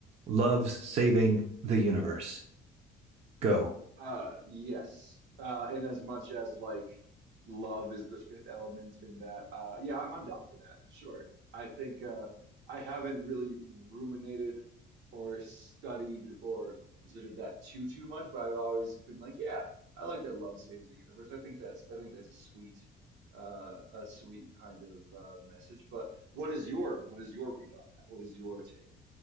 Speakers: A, on the right (about 35°); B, on the right (about 75°).
A: love's saving the universe go
B: Uh, yes. Uh, in as much as like love is the fifth element in that, uh, yeah, I'm I'm down for that. Sure. I think uh, I haven't really ruminated or studied or considered that too too much, but I've always been like, yeah, I like that love saves the universe. I think that's I think that's a sweet uh, a sweet kind of uh, message. But what is your what is your read on that? What is your take?